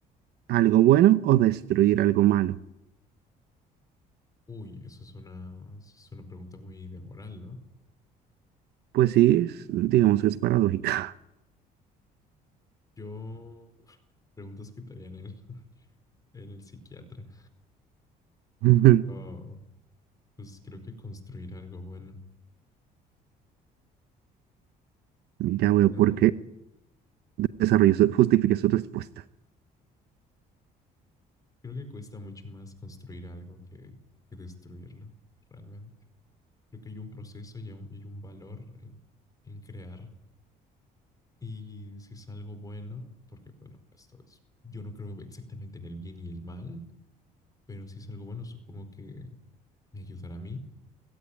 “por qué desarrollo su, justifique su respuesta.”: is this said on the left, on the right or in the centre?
Right